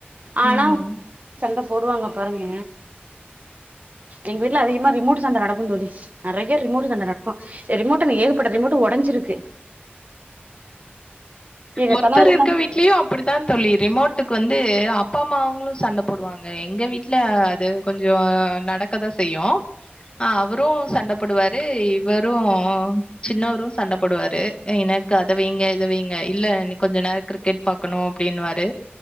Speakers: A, on the left (about 25°); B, on the right (about 40°).
A: ம்.
B: ஆனா அவங்க அக்காக்கிட்ட சண்ட போடுவாங்க பாருங்க எங்க வீட்ல அதிகமா ரிமோட் சண்ட நடக்கும் தோழி நறைய ரிமோட் சண்ட நடக்கு ரிமோட்டுங்க ஏகப்பட்ட ரிமோட்டு ஒடஞ்சிருக்கு எங்க
A: ஒருத்தர்
B: கணவர்
A: இருக்க
B: என்ன
A: வீட்லியு அப்டித்தா தோழி ரிமோட்டுக்கு வந்து அப் அப்பா அம்மாங்களு சண்ட போடுவாங்க எங்க வீட்ல அது கொஞ்சோ நடக்கதா செய்யு அ அவரு சண்ட போடுவாரு இவரு சின்னவரு சண்ட போடுவாரு எனக்கு அத வைங்க இத வைங்க இ இல்ல இன்னு கொஞ்ச நேரோ கிரிக்கெட் பாக்கணு அப்டின்னுவாரு